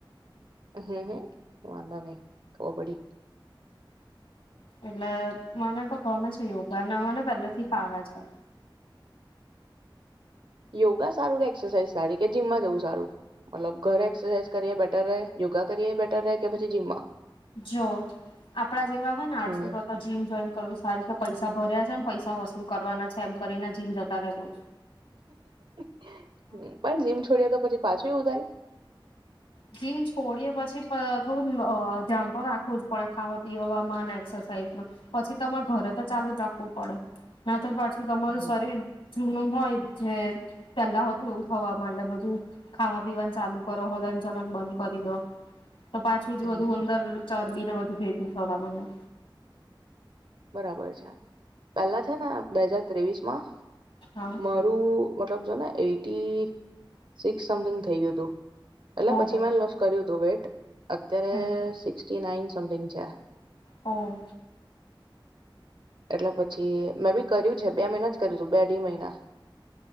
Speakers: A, on the right; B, on the left.
A: હ હ વાા નહી ઓ બડી
B: એટલે મને તો ગમે છે યોગાને મને પેલા થી ફાવે છે
A: યોગા સારું કે એક્સરસા સારી કે જીમમાં જવું સારું મતલબ ઘરે એક્સરસાઝ કરીએ બેટર રહે યોગા કરીએ બ બેટર રહે કે પછી જીમ્મા
B: જો આપડા જેવા હોય ને આડસુ
A: હમ
B: તો જીમ જોઈન કરવું સારું કે પૈસા ભર્યા છે ને પૈસા વસુલ કરવાના છે એમ કરીને જીમ જતા રહેજો
A: <inaudible> પણ જીમ છોડ્યા તો પછી પાછું એવું થાય
B: જીમ છોડીએે પછી થોડું ધ્યાન તો રાખવું જ પડે ખાવા પીવામાં એક્સરસાઇઝમાં પછી તમારે ઘરે તો ચાલુ જ રાખવું પડે ના તો. <unintelligible> તો તમારું
A: હમ
B: શરીર જૂનું... હોય જે પેલા હતું એવું થવા માંડે, બધું ખાવા પીવાનું ચાલુ કરો હલન... ચલન બંધ કરી દો. તો પાછું જ
A: હમ
B: બધું અંદર ચરબી ને બધું... ભેગું થવાનુંને.
A: બરાબર છે પેલા છે ને બે હાજર ત્રેવીસ માં...
B: હા
A: મારું મતલબ જો ને એટી... સિક્સ... <unintelligible> થઈ ગ્યુ તુ, એટલે
B: ઓહો
A: પછી મેં લોસ કર્યુ તો વેઈટ અત્યારે
B: હમ
A: સીક્સ્ટી નાઈન સમથીંગ છે.
B: ઓહ
A: એટલે પછી મેં બી કર્યું છે બે મહિના જ કર્યું છે. બે અઢી મહિના